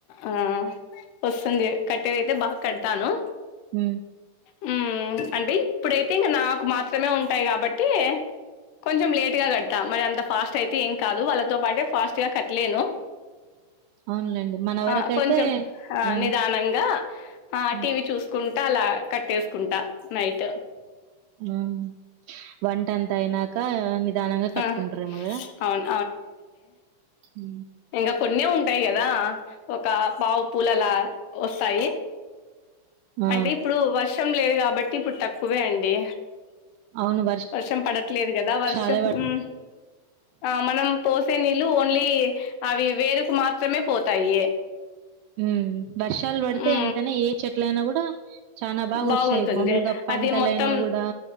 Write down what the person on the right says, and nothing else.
ఉ
అవునులేండి మన వరకైతే
ఉమ్
ఉమ్
ఆవు వంటంత అయినాక నిధానంగా కట్టుకుంటారేమో
కదా
ఉ
ఆ
అవును
వర్షాలే
పడ్
హ్మ్. వర్షాలు పడితే
ఎంతైనా ఏ చెట్లైనా గూడా చానా బాగొస్తాయి.
మామూలుగా పంటలైనా
గూడా.